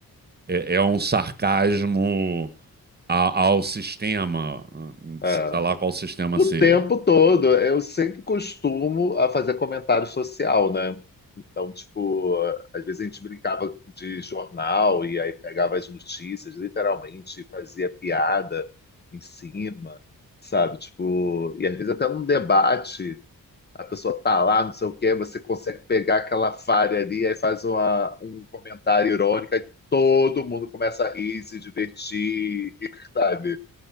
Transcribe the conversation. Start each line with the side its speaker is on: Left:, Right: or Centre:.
Right: é, é um sarcasmo a- ao sistema,
Left: É.
Right: seja lá qual sistema
Left: O
Right: seja.
Left: tempo todo, eu sempre costumo a fazer comentário social, né? Então, tipo, às vezes a gente brincava de jornal e aí pegava as notícias, literalmente, e fazia piada em cima, sabe? Tipo, e às vezes até num debate, a pessoa tá lá, não sei o quê, você consegue pegar aquela falha ali, aí faz uma, um comentário irônico, aí todo mundo começa a rir, se divertir, <laughs> sabe?